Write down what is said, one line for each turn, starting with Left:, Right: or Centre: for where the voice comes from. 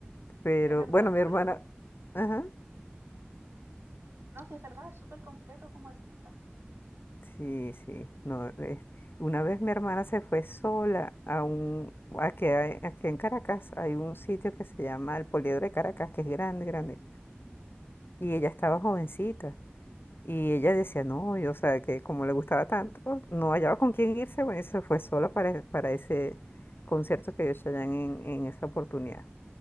Left: Pero
Right: Es verdad,
Left: bueno,
Right: es
Left: mi
Right: súper
Left: hermana.
Right: completo.
Left: Ajá.
Right: No, que es verdad, es súper completo como artista.
Left: Sí, sí, no, es- una vez mi hermana se fue sola a un, aquí, hay- aquí en Caracas hay un sitio que se llama el Poliedro de Caracas, que es grande, grande, y ella estaba jovencita, y ella decía, no, yo, o sea, que como le gustaba tanto, no hallaba con quién irse, bueno, y se fue sola para, para ese concierto que dio Chayanne en, en esa oportunidad.